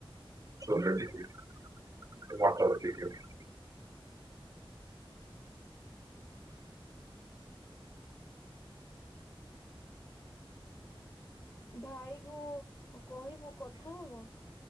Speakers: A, on the right; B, on the left.
A: ଛୁଆପିଲା ଟିକେ ଉଁ ସେ ଭାତ ବସେଇଚନ୍ତି।
B: ଉଁ ହୁଁ ଭାଇକୁ କହିବୁ କଥା ହବ।